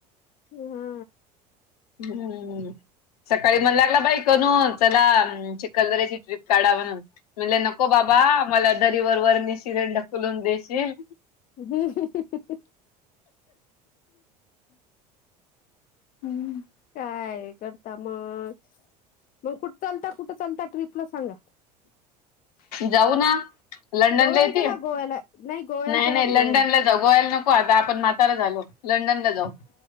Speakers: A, on the left; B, on the left.
A: ह
B: हम्म सकाळी म्हण लागला बाई कनून चला कलदऱ्याची ट्र्रीप काढा म्हणून म्हण न नको बाबा मला दरीवर वरणी सिलेंडर फुलून देशील
A: हो
B: हम्म
A: काय करता मग मग कुठ चालता कुठं चालता ट्रीपला सांगा
B: जाऊ ना लंडनला
A: गोव्याला
B: येते
A: चला गोव्याला गोव्याला
B: नाही
A: चला
B: नाही
A: गोव्याला
B: लंडनला जगवायला नको आता आपण माताला झालो लंडन ला जाऊ